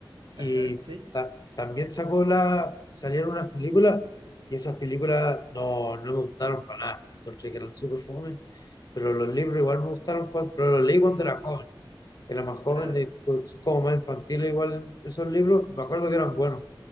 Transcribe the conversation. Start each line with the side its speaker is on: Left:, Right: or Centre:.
Left: Y
Right: Ajá, sí,
Left: ta- también sacó la, salieron unas películas y esas películas no, no me gustaron para nada. Encontré que eran súper fome, pero los libros igual me gustaron, cuan- pero los leí cuando era joven. Era más joven
Right: claro.
Left: y pues, como más infantil igual esos libros, me acuerdo que eran buenos.